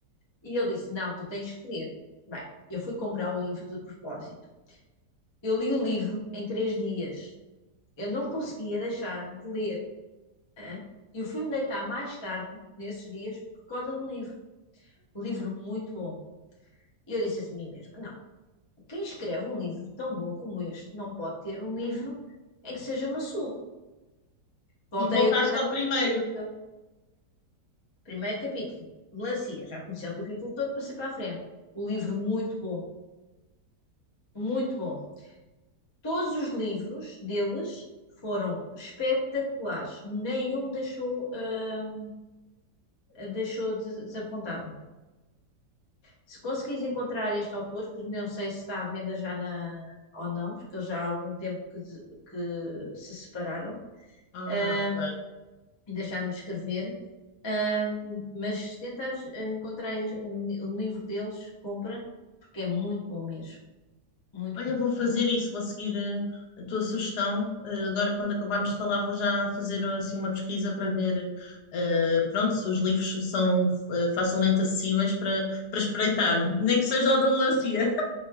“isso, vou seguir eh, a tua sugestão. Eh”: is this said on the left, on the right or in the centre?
Left